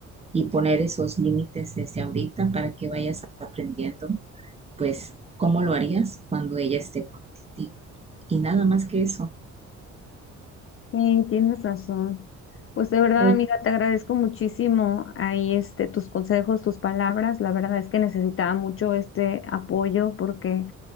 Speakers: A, on the right; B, on the left.
A: y poner esos límites desde ahorita para que vayas aprendiendo, pues, cómo lo harías cuando ella esté contigo. Y nada más que eso.
B: Sí, tienes razón. Pues de verdad,
A: Oye,
B: amiga, te agradezco muchísimo ahí este tus consejos, tus palabras. La verdad es que necesitaba mucho este apoyo porque